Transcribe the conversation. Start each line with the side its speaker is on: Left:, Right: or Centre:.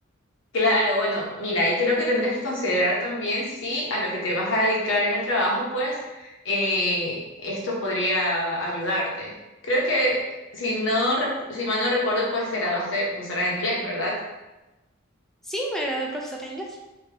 Left: Claro, bueno, mira, y creo que tendrías que considerar también si a lo que te vas a dedicar en el trabajo, pues eh, esto podría ayudarte. Creo que si no, recu- si mal no recuerdo, pues te graduaste de profesora de inglés, ¿verdad?
Centre: Sí, me gradué de profesora de inglés.